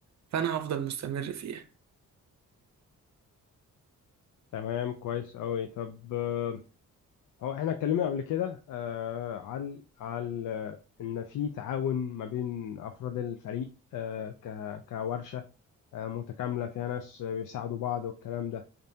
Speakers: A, on the right; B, on the left.
A: فأنا هفضل مستمر فيها
B: تمام كويس قوي طب آه، هو احنا اتكلمنا قبل كده آه على على آه، ان في تعاون ما بين افراد الفريق آه ك كورشة آه متكاملة فيها ناس بيساعدوا بعض والكلام ده